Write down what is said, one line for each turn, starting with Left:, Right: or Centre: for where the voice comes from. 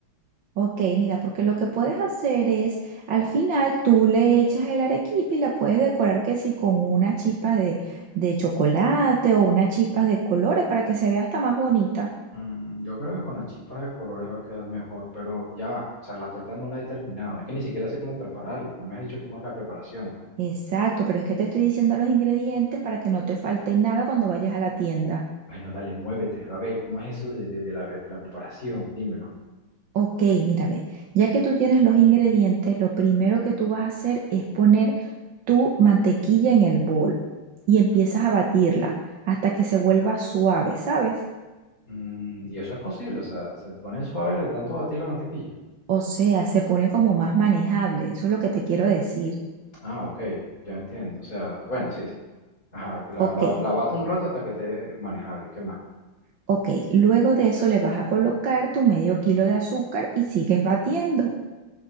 Right: Ok, mira, porque lo que puedes hacer es, al final tú le echas el arequipe y la puedes decorar que sí con unas chispas de, de chocolate o unas chispas de colores para que se vea hasta más bonita.
Left: Mm, yo creo que con las chispas de colores va a quedar mejor, pero ya va. O sea, la torta no la he terminado. Es que ni siquiera sé cómo prepararla. No me has dicho cómo es la preparación, pues.
Right: Exacto, pero es que te estoy diciendo los ingredientes para que no te falte nada cuando vayas a la tienda.
Left: Bueno, dale, muévete. A ver, ¿cómo es eso de, de- de la, re- la preparación? Dímelo.
Right: Ok, mira, ve, ya que tú tienes los ingredientes, lo primero que tú vas a hacer es poner tu mantequilla en el bol y empiezas a batirla hasta que se vuelva suave, ¿sabes?
Left: Mm, y eso es posible, o sea, se pone suave le de tanto batir la mantequilla.
Right: O sea, se pone como más manejable, eso es lo que te quiero decir.
Left: Ah, ok, ya entiendo. O sea, bueno, sí, sí. Ajá, la,
Right: Ok,
Left: la, la bato un rato hasta que esté manejable. ¿Qué más?
Right: ok, luego de eso le vas a colocar tu medio kilo de azúcar y sigues batiendo.